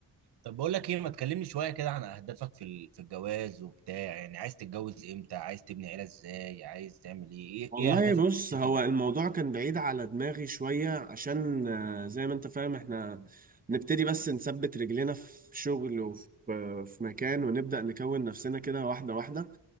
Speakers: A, on the right (about 65°); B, on the right (about 20°).
A: طب بقول لك ايه ما تكلمني شويه كده عن اهدافك في ال- في الجواز وبتاع يعني عايز تتجوز امتى عايز تبني عيله ازاي عايز تعمل ايه ايه
B: والله
A: إيه اهدافك
B: بص
A: في
B: هو
A: الحياة؟
B: الموضوع كان بعيد على دماغي شوية عشان آه، زي ما انت فاهم احنا نبتدي بس نثبت رجلينا في شغل وفي آه، في مكان ونبدأ نكون نفسنا كده واحدة واحدة